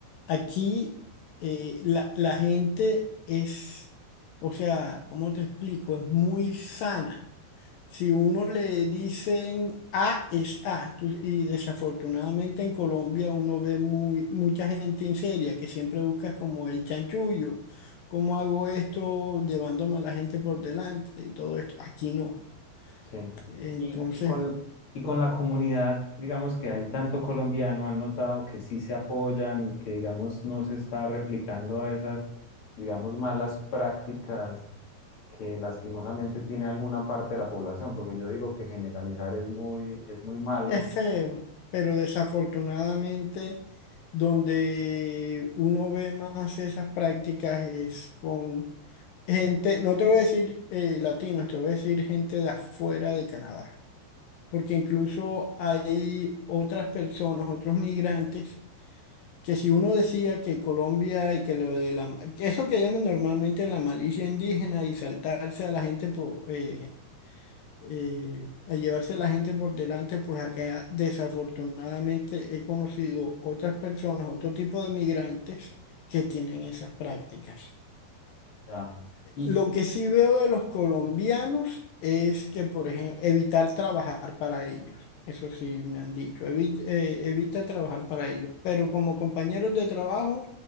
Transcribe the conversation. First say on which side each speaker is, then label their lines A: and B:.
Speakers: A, on the left; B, on the left.
A: Aquí eh, la, la gente es, o sea, ¿cómo te explico? Es muy sana. Si uno le dicen A es A, tú- y desafortunadamente en Colombia uno ve muy, mucha gente seria que siempre busca como el chanchullo, cómo hago esto llevándome a la gente por delante y todo esto. Aquí no.
B: Sí.
A: Entonces
B: Y, y con, y con la comunidad, digamos que hay tanto colombiano, han notado que sí se apoyan y que, digamos, no se está replicando esas, digamos, malas prácticas que lastimosamente tiene alguna parte de la población, porque yo digo que generalizar es muy, es muy malo.
A: es feo, pero desafortunadamente donde uno ve más esas prácticas es con gente, no te voy a decir eh, latinos, te voy a decir gente de afuera de Canadá. porque incluso hay otras personas, otros migrantes, que si uno decía que Colombia y que lo de la, que eso que llaman normalmente la malicia indígena y saltarse a la gente por, eh, eh, a llevarse a la gente por delante, pues acá desafortunadamente he conocido otras personas, otro tipo de migrantes que tienen esas prácticas.
B: ya. Y,
A: Lo que sí veo de los colombianos es que, por ejemplo, evitar trabajar para ellos. Eso sí me han dicho, "Evi- eh, evita trabajar para ellos. Pero como compañeros de trabajo,